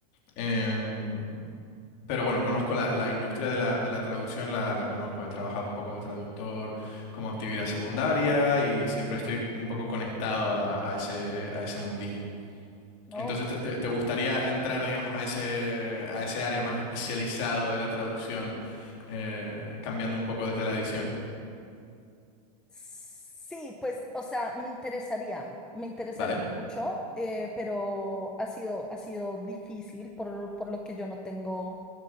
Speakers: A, on the left; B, in the centre.
A: Em, pero bueno, conozco la, la industria de la, de la traducción, la, la conozco. He trabajado un poco de traductor como actividad secundaria y siempre estoy un poco conectado a, a ese, a ese mundillo.
B: No.
A: Entonces, te, te- te gustaría entrar, digamos, a ese, a ese área más especializado de la traducción, eh, cambiando un poco desde la edición.
B: Sí, pues, o sea, me interesaría, me interesaría
A: ¿Vale?
B: mucho, eh, pero ha sido, ha sido difícil por, por lo que yo no tengo